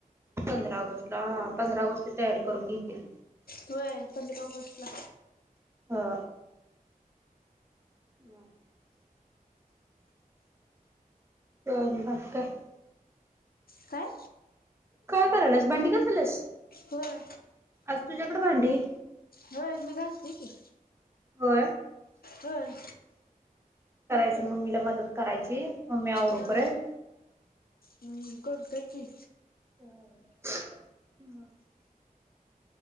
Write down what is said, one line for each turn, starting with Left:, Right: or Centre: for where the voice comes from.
Right: पंधरा ऑगस्टला पंधरा ऑगस्टची तयारी करून घेतील.
Left: होय आहे पंधरा ऑगस्टला.
Right: हा. <inaudible> <unintelligible>
Left: काय
Right: काय करायलास भांडी घासायलास
Left: होय
Right: आज तुझ्याकडे भांडी?
Left: होय मी घासते की.
Right: होय.
Left: होय.
Right: करायची मम्मीला मदत करायची मम्मी आवरूपर्यंत.
Left: होय हम्म करतोय की.
Right: ह ह.